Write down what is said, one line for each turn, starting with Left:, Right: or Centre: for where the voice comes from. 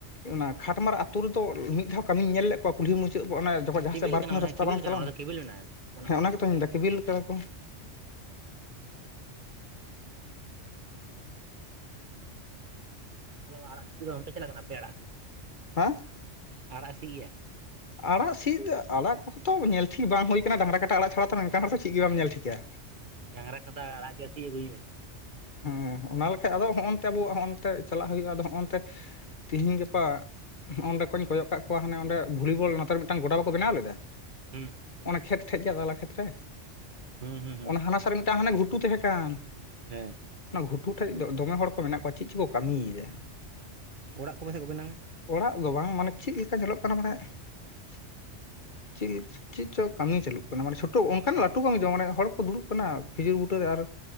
Left: ᱚᱱᱟ ᱠᱷᱟᱴᱢᱟᱨᱟᱜ ᱟᱹᱛᱩ ᱨᱮᱫᱚ ᱢᱤᱫ ᱫᱷᱟᱣ ᱠᱟᱹᱢᱤᱧ ᱧᱮᱞ ᱞᱮᱫ ᱠᱚᱣᱟ ᱠᱩᱞᱦᱤ ᱢᱩᱪᱟᱹᱫ ᱠᱚ ᱚᱱᱟ ᱡᱚᱠᱷᱚᱡ ᱡᱟᱦᱟᱸ
Right: ᱠᱮᱵᱮᱞ
Left: ᱥᱮᱫ ᱵᱟᱨᱠᱩᱱᱟᱹ
Right: ᱠᱟᱱᱟ ᱢᱟᱱᱮ
Left: ᱨᱟᱥᱛᱟ
Right: ᱠᱮᱵᱮᱞ
Left: ᱵᱟᱝ ᱪᱟᱞᱟᱣᱮᱱᱟ
Right: ᱠᱟᱱᱟ ᱚᱸᱰᱮ ᱫᱚ ᱠᱮᱵᱮᱞ ᱢᱮᱱᱟᱜᱼᱟ ᱢᱚᱱᱮ
Left: ᱦᱮᱸ
Right: ᱦᱚᱭ
Left: ᱚᱱᱟ ᱜᱮᱛᱚᱧ ᱢᱮᱱ ᱮᱫᱟ ᱠᱮᱵᱤᱞ ᱟᱠᱟᱫᱟ ᱠᱚ᱾
Right: ᱛᱟᱦᱚᱞᱮ ᱟᱲᱟᱜ ᱥᱤᱫ ᱠᱚᱫᱚ ᱵᱟᱝᱯᱮ ᱪᱟᱞᱟᱣ ᱟᱠᱟᱱᱟ ᱟᱯᱮ ᱟᱲᱟᱜ ᱥᱤᱫ?
Left: ᱦᱟᱸ
Right: ᱟᱲᱟᱜ ᱥᱤᱫ ᱭᱟ
Left: ᱟᱲᱟᱜ ᱥᱤᱫ ᱫᱚ ᱟᱲᱟᱜ ᱠᱚᱦᱚᱛᱚ ᱧᱮᱞ ᱴᱷᱤᱠ ᱵᱟᱝ ᱦᱩᱭ ᱠᱟᱱᱟ ᱰᱟᱝᱨᱟ ᱠᱟᱴᱟ ᱟᱲᱟᱜ ᱪᱷᱟᱲᱟ ᱛᱚ ᱱᱮᱝᱠᱟᱱ ᱦᱚᱲ ᱫᱚ ᱪᱮᱫ ᱜᱮ ᱵᱟᱢ ᱧᱮᱞ ᱴᱷᱤᱠᱟ᱾
Right: ᱰᱟᱝᱽᱨᱟ ᱠᱟᱴᱟ ᱟᱲᱟᱜ ᱜᱮ ᱥᱤᱫ ᱟᱹᱜᱩᱭ ᱢᱮᱥᱮ᱾
Left: ᱦᱮᱸ ᱚᱱᱟ ᱞᱮᱠᱷᱟᱱ ᱟᱫᱚ ᱱᱚᱸᱜᱼᱚ ᱱᱚᱛᱮ ᱟᱵᱚᱣᱟᱜ ᱱᱚᱸᱜᱼᱚ ᱱᱚᱛᱮ ᱪᱟᱞᱟᱜ ᱦᱩᱭᱩᱜᱼᱟ ᱟᱫᱚ ᱱᱚᱸᱜᱼᱚ ᱱᱚᱛᱮ ᱛᱮᱦᱮᱧ ᱜᱟᱯᱟ ᱱᱚᱜ-ᱚ ᱱᱚᱸᱰᱮ ᱠᱷᱚᱱ ᱤᱧ ᱠᱚᱭᱚᱜ ᱟᱠᱟᱜ ᱠᱚᱣᱟ ᱦᱟᱱᱮᱸ ᱵᱷᱚᱞᱤᱵᱚᱞ ᱱᱚᱛᱮ ᱨᱮ ᱢᱤᱫᱴᱟᱝ ᱜᱚᱰᱟ ᱵᱟᱠᱚ ᱵᱮᱱᱟᱣ ᱞᱮᱫᱟ
Right: ᱦᱩᱸ
Left: ᱚᱱᱮ ᱠᱷᱮᱛ ᱴᱷᱮᱡ ᱜᱮᱭᱟ ᱛᱟᱞᱟ ᱠᱷᱮᱛ ᱨᱮ
Right: ᱦᱩᱸ ᱦᱩᱸ ᱦᱩᱸ
Left: ᱚᱱᱟ ᱦᱟᱱᱟ ᱥᱟᱨ ᱨᱮ ᱢᱤᱫᱴᱟᱝ ᱦᱟᱱᱟ ᱜᱷᱩᱴᱩ ᱛᱟᱦᱮᱸ ᱠᱟᱱ
Right: ᱦᱮᱸ᱾
Left: ᱚᱱᱟ ᱜᱷᱩᱴᱩ ᱴᱷᱮᱱ ᱫᱚᱢᱮ ᱦᱚᱲ ᱠᱚ ᱢᱮᱱᱟᱜ ᱠᱚᱣᱟ ᱪᱮᱫ ᱪᱚᱠᱚ ᱠᱟᱹᱢᱤ ᱮᱫᱟ᱾
Right: ᱚᱲᱟᱜ ᱠᱚ ᱯᱟᱥᱮᱫ ᱠᱚ ᱵᱮᱱᱟᱣ ᱮᱫ
Left: ᱚᱲᱟᱜ ᱫᱚ ᱵᱟᱝ ᱢᱟᱱᱮ ᱪᱮᱫ ᱞᱮᱠᱟ ᱧᱮᱞᱚᱜ ᱠᱟᱱᱟ ᱢᱟᱱᱮ <unintelligible> ᱪᱮᱫ ᱪᱮᱫ ᱪᱚᱝ ᱠᱟᱹᱢᱤ ᱪᱟᱹᱞᱩᱜ ᱠᱟᱱᱟ ᱢᱟᱱᱮ ᱪᱷᱳᱴᱳ ᱚᱱᱠᱟᱱ ᱞᱟᱹᱴᱩ ᱠᱟᱹᱢᱤ ᱫᱚ ᱵᱟᱝ ᱢᱟᱱᱮ ᱦᱚᱲ ᱠᱚ ᱫᱩᱲᱩᱵ ᱠᱟᱱᱟ ᱠᱷᱤᱡᱩᱨ ᱵᱩᱴᱟᱹᱨᱮ ᱟᱨ